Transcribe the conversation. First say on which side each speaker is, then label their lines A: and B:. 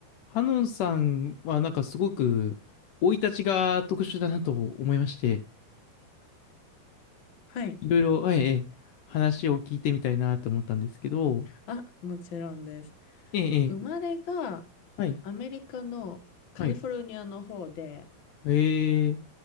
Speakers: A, on the left; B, on the left.
A: ハノンさんはなんかすごく生い立ちが特殊だなと思いまして、
B: はい。
A: いろいろ、はい、ええ、話を聞いてみたいなって思ったんですけど、
B: あ、もちろんです。
A: ええ、ええ、
B: 生まれが
A: はい、
B: アメリカのカリフォルニアの方で、
A: はい、ええ、